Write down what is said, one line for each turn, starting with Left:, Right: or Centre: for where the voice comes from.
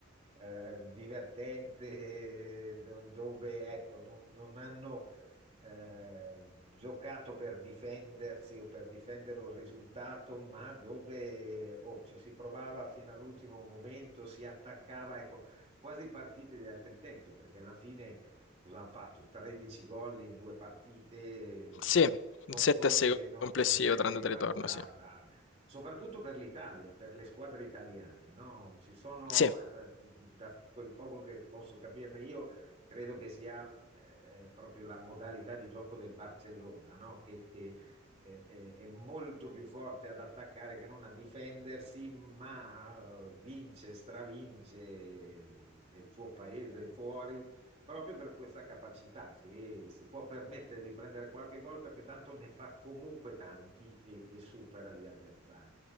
Right: eh, divertente, do- dove ecco, no- non hanno eh, giocato per difendersi o per difendere un risultato, ma dove oh, ci si provava fino all'ultimo momento, si attaccava. Ecco, quasi partite di altri tempi, perché alla fine cosa hanno fatto? 13 gol in due partite, boh,
Left: Sì, un
Right: sono
Left: 7
Right: cose
Left: a 6
Right: che non,
Left: complessivo
Right: non si vedevano
Left: tra andata e ritorno,
Right: da,
Left: sì.
Right: da- soprattutto per l'Italia, per le squadre italiane, no? Ci sono,
Left: Sì, è
Right: eh, da quel poco che posso capirne io, credo che sia eh, eh, proprio la modalità di gioco del Barcellona, no? Che, che eh, eh, è molto più forte ad attaccare che non a difendersi, ma eh, vince, stravince nel suo paese e fuori proprio per questa capacità che si può permettere di prendere qualche gol perché tanto ne fa comunque tanti e, e supera gli avversari.